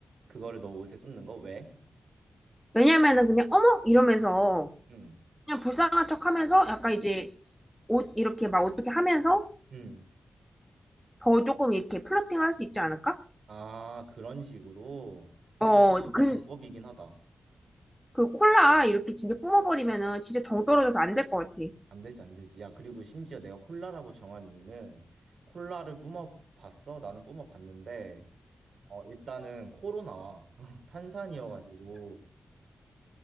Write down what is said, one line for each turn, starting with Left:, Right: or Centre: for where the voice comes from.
Right: 그거를 너 옷에 쏟는 거 왜?
Centre: 왜냐면은 그냥 어머! 이러면서
Right: 음.
Centre: 그냥 불쌍한 척 하면서 약간 이제 옷 이렇게 막 어떻게 하면서
Right: 음.
Centre: 더 조금 이렇게 플러팅 할 수 있지 않을까?
Right: 아, 그런 식으로. 근데
Centre: 어,
Right: 그것도 하나의
Centre: 그,
Right: 음. 방법이긴 하다.
Centre: 그 콜라 이렇게 진짜 뿜어버리면은 진짜 정 떨어져서 안 될 것 같아.
Right: 안 되지, 안 되지. 야, 그리고 심지어 내가 콜라라고 정한 이유는 콜라를 뿜어봤어? 나는 뿜어봤는데, 어, 일단은 코로 나와. <laughs> 탄산이어가지고